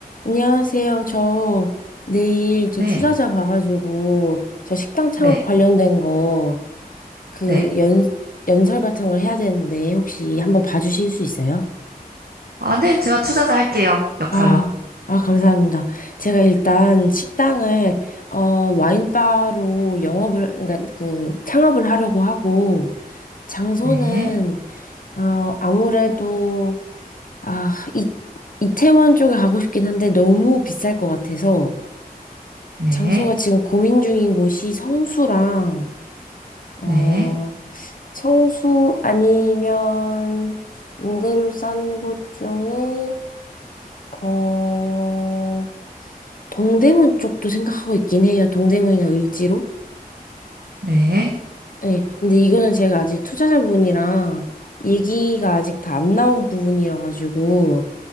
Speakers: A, on the left; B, on the right.
A: 안녕하세요. 저 내일 저
B: 네,
A: 투자자 봐가지고 저 식당 창업
B: 네,
A: 관련된 거 그
B: 네.
A: 연, 연설 같은 걸 해야 되는데 혹시 한번 봐주실 수 있어요?
B: 아, 네, 제가 투자자 할게요. 역할로.
A: 아, 아, 감사합니다. 제가 일단 식당을 어, 와인바로 영업을 그러니까 그 창업을 하려고 하고 장소는
B: 네,
A: 어, 아무래도 아, 이, 이태원 쪽에 가고 싶긴 한데 너무 비쌀 것 같아서
B: 네,
A: 장소가 지금 고민 중인 곳이 성수랑, 어,
B: 네,
A: 성수 아니면 임대료 싼 곳 중에, 어, 동대문 쪽도 생각하고 있긴 해요. 동대문이나 을지로.
B: 네,
A: 네, 근데 이거는 제가 아직 투자자분이랑 얘기가 아직 다 안 나온 부분이어가지고,